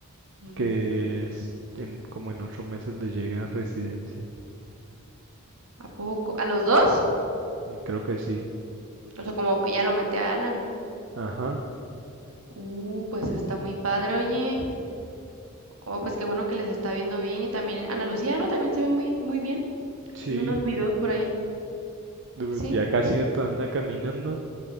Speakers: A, on the right; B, on the right.
A: mm,
B: y que es- en, como en ocho meses le llega a residencia.
A: ¿a poco? ¿A los dos?
B: Creo que sí.
A: O sea, como ella lo mete a Alan.
B: Ajá.
A: Uh, pues está muy padre, oye. Oh, pues qué bueno que les está viendo bien, y también Ana Lucía, ¿no? También se ve muy, muy bien.
B: Sí.
A: Vi unos videos por ahí.
B: Pues
A: Sí.
B: Ya casi hasta anda caminando.